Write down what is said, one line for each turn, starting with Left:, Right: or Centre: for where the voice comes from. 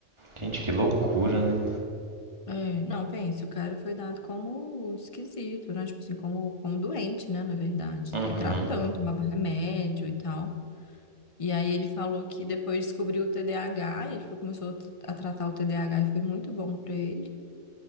Right: Gente, que loucura, né?
Left: É, não, pense, o cara foi dado como esquisito, né? Tipo assim, como, como doente, né? Na verdade.
Right: Uhum.
Left: E tratando, tomava remédio e tal. E aí ele falou que depois descobriu o TDAH, e ele falou que começou a tratar o TDAH e foi muito bom pra ele.